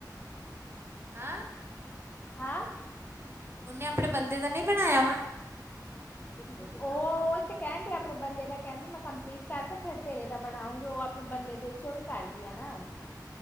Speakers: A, on the right; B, on the left.
A: ਹਾਂ
B: ਹੈਂ।
A: ਉਹਨੇ ਆਪਣੇ ਬੰਦੇ ਦਾ ਨੀ ਬਣਾਇਆ ਵਾ?
B: <inaudible> ਉਹ ਉਹ ਤੇ ਕਹਿਣ ਦੀ ਆਪਣੇ ਬੰਦੇ ਦਾ ਕਹਿਣ ਦੀ ਮੈਂ ਕੰਪਲੀਟ ਕਰਕੇ ਫਿਰ ਤੇਰੇ ਦਾ ਬਣਾਉਗੀ ਉਹ ਬੰਦੇ ਦੇ ਚੋਂ ਵੀ ਕਰਦੀ ਆ ਨਾ